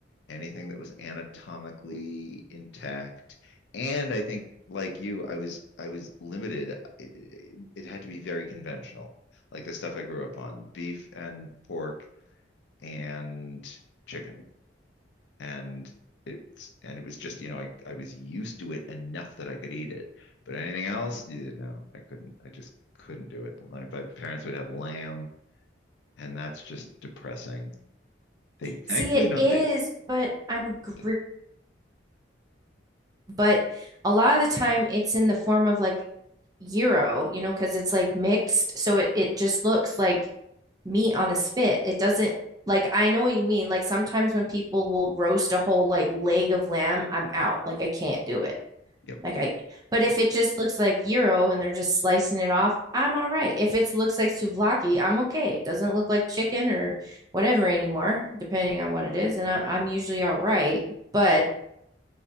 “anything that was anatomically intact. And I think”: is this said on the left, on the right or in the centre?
Left